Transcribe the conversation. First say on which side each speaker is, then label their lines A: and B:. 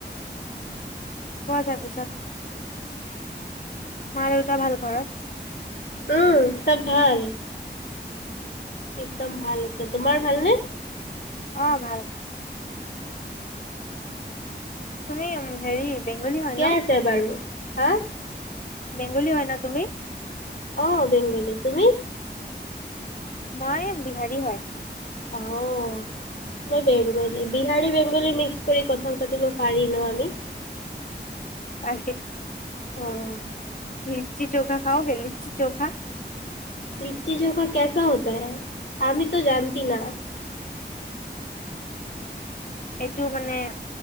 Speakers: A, on the left; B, on the left.
A: কোৱা তাৰপিছত। মা- দেউতা ভাল ঘৰত?
B: উম, চব ভাল। একদম ভাল আছে, তোমাৰ ভালনে?
A: অ', ভাল। তুমি হেৰি বেংগলী
B: ঠিকে
A: হয় ন
B: আছে বাৰু। হা?
A: বেংগলী হয় ন তুমি?
B: অ', বেংগলী, তুমি?
A: মই বিহাৰী হয়।
B: অ', মই বেংগলী, বিহাৰী বেংগলী মিক্স কৰি কথা পাতিব পাৰি ন আমি।
A: পাৰি।
B: অ'।
A: লিচি চৌখা খাওগে, লিচি চৌখা।
B: লিচি চৌখা কেচা হতা হে, আমিটো জানতি না।
A: এইটো মানে এ,